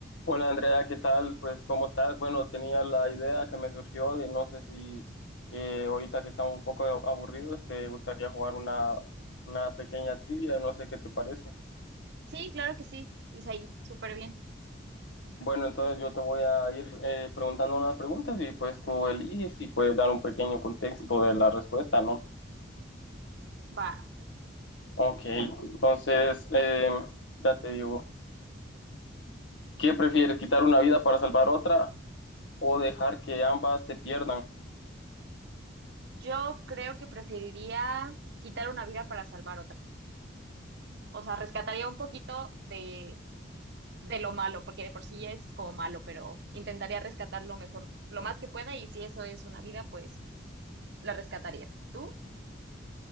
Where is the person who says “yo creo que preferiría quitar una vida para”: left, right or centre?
Right